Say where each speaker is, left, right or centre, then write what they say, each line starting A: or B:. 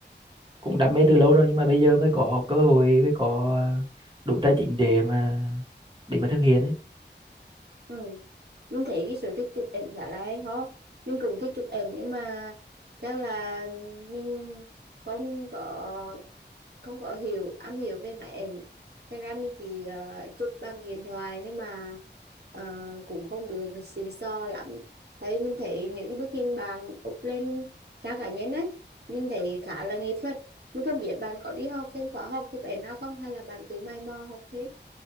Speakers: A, on the right (about 25°); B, on the right (about 60°).
A: cũng đam mê từ lâu rồi nhưng mà bây giờ mới có cơ hội mới có ờ, đủ tài chính để mà để mà thực hiện ấy.
B: ừ. mình thấy cái sở thích chụp ảnh khá là hay ho mình cũng thích chụp ảnh nhưng mà chắc là mình không có không có hiểu am hiểu về máy ảnh thế ra mình chỉ ờ, chụp bằng điện thoại nhưng mà ờ, cũng không được xịn sò lắm thấy mình thấy những bức hình bạn up lên trang cá nhân ấy mình thấy khá là nghệ thuật mình không biết bạn có đi học thêm khóa học chụp ảnh nào không hay là bạn tự mày mò học thế